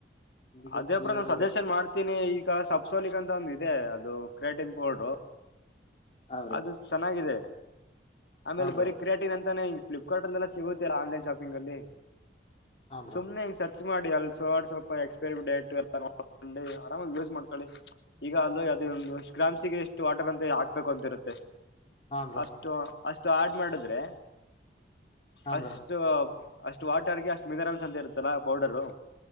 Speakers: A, on the left (about 35°); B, on the left (about 70°).
A: ಅದಕ್ಕೆ
B: ಅದೇ
A: ಕೇಳ್ದೆ
B: ಬ್ರೋ ನಾನ್ ಸಜೆಷನ್ ಮಾಡ್ತೀನಿ ಈಗ ಸಪ್ಸೋಲಿಕ್ ಅಂತ ಒಂದ ಇದೆ ಅದು ಕ್ರೇಟನ್ ಬಡೋ
A: ಹಾ
B: ಅದು ಚೆನ್ನಾಗಿದೆ.
A: ಬ್ರೋ
B: ಆಮೇಲೆ ಬರೀ ಕ್ರಿಯಾಟಿನ್ ಅಂತಾನೆ ಫ್ಲಿಪ್ಕಾರ್ಟ ಅಲ್ಲಲ್ಲಾ ಸಿಗುತ್ತಿಲ್ಲ ಆನ್ಲೈನ್ ಶಾಪಿಂಗ್ ಅಲ್ಲಿ
A: ಹಾ ಬ್ರೋ
B: ಸುಮನೆಂಗ ಸ ಮಾಡಿ ಅ ಸ್ವಲ್ಪ ಎಕ್ಸ್ಪೈರಿ ಡೇಟ್ ಎಲ್ಲ ನೋ ಆರಾಮ ಯೂಸ್ ಮಾಡ್ಕೊಳ್ಳಿ ಈಗ ಅದು ಅದು ಒಂದುಷ್ಟ ಗ್ರಾಮ್ಸಿಗೆ ಎಷ್ಟು ವಾಟರ್ ಅಂತ ಹಾಕ್ಬೇಕ ಅಂತರುತ್ತೆ.
A: ಹಾ ಬ್ರೋ
B: ಅಷ್ಟು ಅಷ್ಟು ಆಡ್ ಮಾಡಿದ್ರೆ.
A: ಹಾ
B: ಅಷ್ಟು
A: ಬ್ರೋ
B: ಅಷ್ಟು ವಾಟರ್ಗೆ ಅಷ್ಟು ಮಿನರಲ್ಸ್ ಅಂತ ಇರುತ್ತಲ್ಲ ಪೌಡರು.